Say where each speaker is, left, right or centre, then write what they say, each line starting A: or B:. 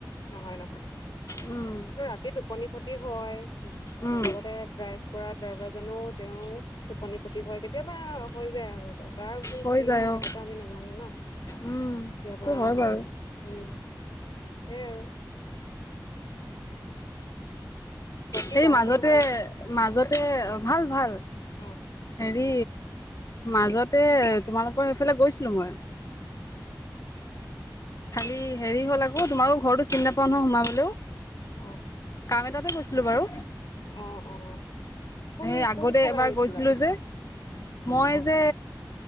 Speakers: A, on the left; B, on the left.
A: নহয় নহয়
B: উম
A: কিন্তু ৰাতি টোপনি ক্ষতি হয়
B: উম
A: লগতে ড্ৰাইভ কৰা ড্ৰাইভাৰ জনো তেওঁৰ টোপনি ক্ষতি হয় কেতিয়াবা হৈ যায় এনকা কাৰ ভুল
B: হৈ
A: কি
B: যায়
A: নাই
B: অ
A: সেইটোত আমি নাজানো ন কেতিয়াবা
B: উম সেইটো হয়
A: উম
B: বাৰু
A: সেই আৰু বাকী
B: সেই
A: বাহঁতৰ
B: মাজতে
A: ভাল
B: মাজতে ভাল ভাল
A: অ
B: হেৰি মাজতে তোমালোকৰ সেফালে গৈছিলোঁ মই খালি
A: অ
B: হেৰি হ'ল আকৌ তোমাৰো ঘৰটো চিন নাপাৱ নহয় সোমাবলৌ
A: অ
B: কাম এটাতে গৈছিলোঁ বাৰু
A: অ অ কোন
B: সেই আগতে
A: কোনফালে
B: এবাৰ
A: আহিছিলা
B: গৈছিলো যে মই
A: অ
B: যে